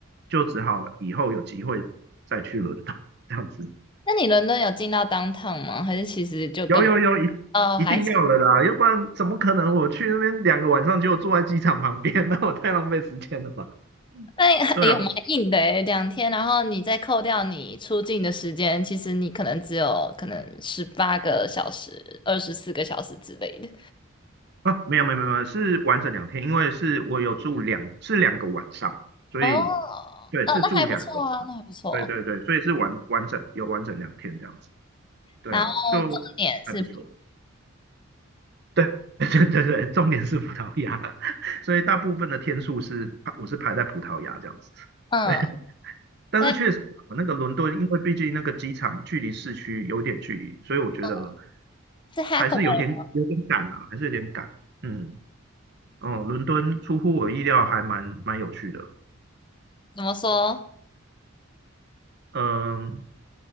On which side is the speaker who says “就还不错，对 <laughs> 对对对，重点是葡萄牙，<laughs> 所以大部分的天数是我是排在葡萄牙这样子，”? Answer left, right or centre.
Right